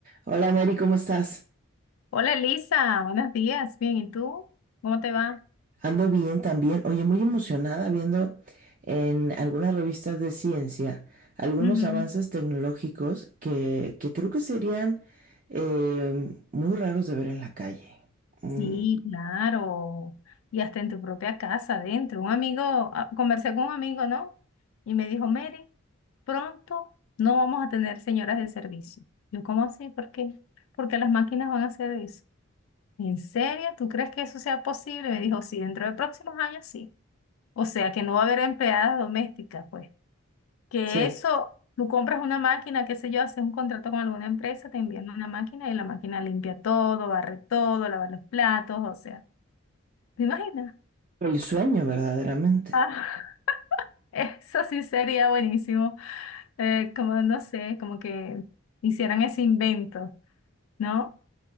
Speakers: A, on the right (about 40°); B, on the left (about 70°).
A: Hola Mary, ¿cómo estás?
B: Hola Elisa, buenos días, bien, ¿y tú? ¿Cómo te va?
A: Ando bien también. Oye, muy emocionada viendo en algunas revistas de ciencia algunos
B: Ujú.
A: avances tecnológicos que, que creo que serían eh, muy raros de ver en la calle. Mm,
B: Sí, claro, y hasta en tu propia casa, adentro. Un amigo, ah, conversé con un amigo, ¿no? Y me dijo, Mary, pronto no vamos a tener señoras de servicio. Yo, ¿cómo así? ¿Por qué? Porque las máquinas van a hacer eso. ¿En serio? ¿Tú crees que eso sea posible? Me dijo, sí, dentro de próximos años sí. O sea, que no va a haber empleadas domésticas, pues. Que
A: sí,
B: eso, tú compras una máquina, qué sé yo, haces un contrato con alguna empresa, te envían una máquina y la máquina limpia todo, barre todo, lava los platos, o sea, ¿te imaginas?
A: el sueño verdaderamente.
B: Ah, <laughs> eso sí sería buenísimo, eh, como no sé, como que hicieran ese invento, ¿no?